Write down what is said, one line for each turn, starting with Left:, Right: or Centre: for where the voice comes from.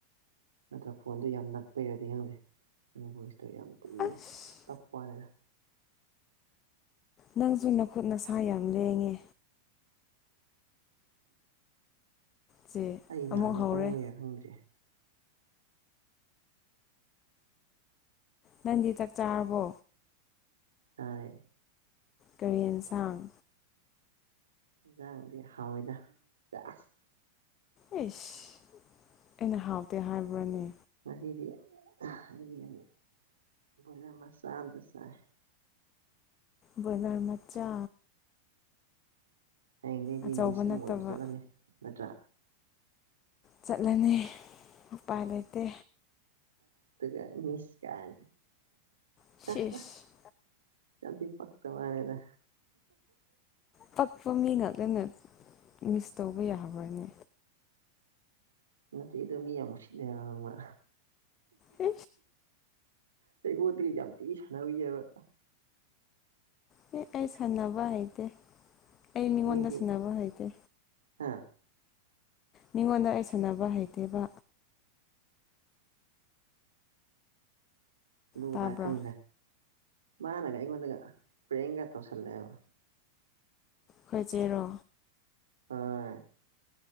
Right: ꯅꯠꯇ꯭ꯔ ꯐꯣꯟꯗꯣ ꯌꯥꯝ ꯅꯛꯄꯩꯔꯗꯤ ꯈꯪꯗꯦ ꯅꯪ ꯚꯣꯏꯁꯇꯣ ꯌꯥꯝ ꯊꯤ
Left: ꯑꯁ
Right: ꯇꯞꯄꯅꯤꯅ
Left: ꯅꯪꯁꯨ ꯅꯈꯨꯠ ꯅꯁꯥ ꯌꯥꯝ ꯂꯦꯡꯉꯦ ꯆꯦ
Right: ꯑꯩ
Left: ꯑꯃꯨꯛ
Right: ꯅꯍꯁꯦ
Left: ꯍꯧꯔꯦ
Right: ꯄꯪꯕꯩꯔꯥ ꯈꯪꯗ꯭ꯔꯦ
Left: ꯅꯪꯗꯤ ꯆꯥꯛ ꯆꯥꯔꯕꯣ
Right: ꯇꯥꯔꯦ
Left: ꯀꯔꯦꯟꯁꯥꯡ
Right: ꯌꯦꯟꯁꯥꯡꯗꯤ ꯍꯥꯎꯋꯏꯗ ꯆꯥꯁ
Left: ꯑꯦꯁ ꯑꯩꯅ ꯍꯥꯎꯇꯦ ꯍꯥꯏꯕ꯭ꯔꯥꯅꯦ
Right: ꯉꯁꯤꯗꯤ ꯑꯩꯒꯤꯡ ꯕꯣꯏꯂꯔ ꯃꯆꯥ ꯑꯝꯇ ꯁꯥꯏ
Left: ꯕꯅꯔ ꯃꯆꯥ
Right: ꯍꯌꯦꯡꯗꯒꯤꯩꯗꯤ
Left: ꯑꯆꯧꯕ
Right: ꯃꯤꯁ ꯑꯃ
Left: ꯅꯠꯇꯕ
Right: ꯑꯣꯏꯕ ꯆꯠꯂꯅꯤ ꯅꯠꯇ꯭ꯔꯥ
Left: ꯆꯠꯂꯅꯤ ꯎꯄꯥꯏ ꯂꯩꯇꯦ
Right: ꯁꯨꯒ ꯃꯤꯁꯀꯅ
Left: ꯁꯤꯁ
Right: ꯆꯊ ꯄꯛꯇ ꯋꯥꯅꯦꯗ
Left: ꯄꯛꯄ ꯃꯤ ꯉꯥꯛꯇꯅ ꯃꯤꯁ ꯇꯧꯕ ꯌꯥꯕ꯭ꯔꯥꯅꯦ
Right: ꯅꯠꯇꯗꯣ ꯃꯤ ꯌꯥꯝ ꯃꯁꯤꯗ ꯍꯥꯏꯕ
Left: ꯎ
Right: ꯇꯉꯣꯗꯒꯤ ꯌꯥꯝ ꯊꯤꯅ ꯁꯥꯟꯅꯕꯤꯑꯕ
Left: ꯍ ꯑꯩ ꯁꯥꯟꯅꯕ ꯍꯩꯇꯦ ꯑꯩ ꯃꯤꯉꯣꯟꯗ
Right: ꯅꯣꯏꯗꯤ
Left: ꯁꯅꯕ ꯍꯩꯇꯦ
Right: ꯍꯥ
Left: ꯃꯤꯉꯣꯟꯗ ꯑꯩ ꯁꯥꯟꯅꯕ ꯍꯩꯇꯦꯕ
Right: ꯑꯗꯨ
Left: ꯇꯥꯕ꯭ꯔꯥ
Right: ꯑꯗꯥ ꯈꯪꯗ꯭ꯔꯦ ꯃꯥꯅꯒ ꯑꯩꯉꯣꯟꯗꯒ ꯄ꯭ꯔꯦꯌꯦꯡꯀ ꯇꯧꯁꯜꯂꯛꯑꯦꯕ
Left: ꯈꯣꯏꯖꯦꯔꯣ
Right: ꯍꯣꯏ